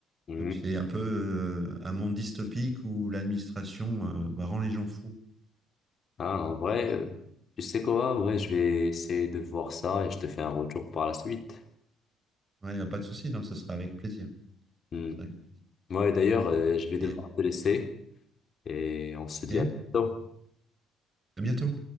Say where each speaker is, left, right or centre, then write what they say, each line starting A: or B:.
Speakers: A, on the left (about 50°); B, on the right (about 30°).
A: Mhm.
B: Donc c'est un peu euh, un monde dystopique où l'administration euh, bah, rend les gens fous.
A: Ah, en vrai, euh, tu sais quoi? Ouais, je vais essayer de voir ça et je te fais un retour par la suite.
B: Ouais, y a pas de souci, non, ça sera avec plaisir.
A: Mhm.
B: Ça sera avec plaisir.
A: Ouais, d'ailleurs, euh, je vais devoir
B: Et
A: te laisser et on se dit
B: ok,
A: à bientôt.
B: à bientôt.